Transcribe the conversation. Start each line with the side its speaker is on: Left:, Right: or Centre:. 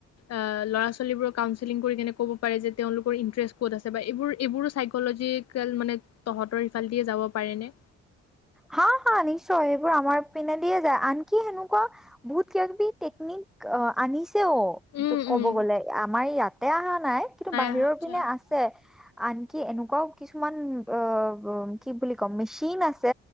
Left: আ, ল'ৰা ছোৱালীবোৰক কাউঞ্চিলিঞ কৰি কেনে ক'ব পাৰে যে, তেওঁলোকৰ ইন্টাৰেষ্ট ক'ত আছ বা এইবোৰ, এইবোৰো চাইকলজিকেল মানে তহঁতৰ সিফাল দিয়ে যাব পাৰেনে?
Centre: হা, হা নিশ্চয় সেইবোৰ আমাৰ পিনে দিয়ে যায় আনকি সেনেকুৱা বহুত কিবা কিবি টেকনিক অ', আনিছ ছেও
Left: উম
Centre: টো ক'ব
Left: উম
Centre: গ'লে, আমাৰ ইয়াত তেহা নাই কিন্তু বাহিৰৰ
Left: আহা আচ্ছা
Centre: পিনে আছে। আনকি এনেকুৱাও কিছুমান অ', অ', কি বুলি কম মেশ্বিন আছ ছে